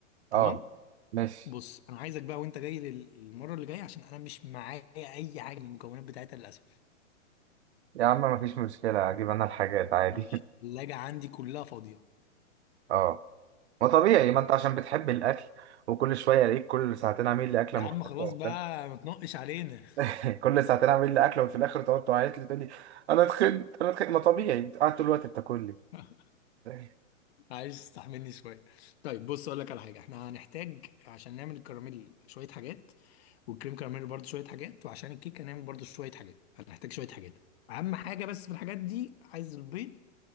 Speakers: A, on the left (about 50°); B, on the right (about 55°).
A: تمام
B: اه ماشي
A: بص انا عايزك بقى وانت جاي لل- المره اللي جايه عشان انا مش معايا اي حاجه من المكونات بتاعتها للاسف
B: يا عم مفيش مشكلة اجيب انا الحاجات عادي
A: ماشي
B: <laughs>
A: الثلاجه عندي كلها فاضيه
B: اه ما طبيعي ما انت عشان بتحب الاكل وكل شويه الاقيك كل ساعتين عامل لي اكله
A: يا
B: مختلفه
A: عم خلاص
B: وبتاع
A: بقى ما تنقش علينا
B: <laughs> كل ساعتين عامل لي اكله وفي الاخر تقعد تعيط لي تقول لي انا اتخنت انا اتخنت ما طبيعي انت قاعد طول الوقت بتاكل
A: <laughs>
B: لي
A: عايز تستحملني شويه طيب بص اقول لك على حاجه احنا هنحتاج عشان نعمل الكراميل شويه حاجات والكريم كراميل برضو شويه حاجات وعشان الكيك هنعمل برضو شويه حاجات هنحتاج شويه حاجات اهم حاجه بس في الحاجات دي عايز البيض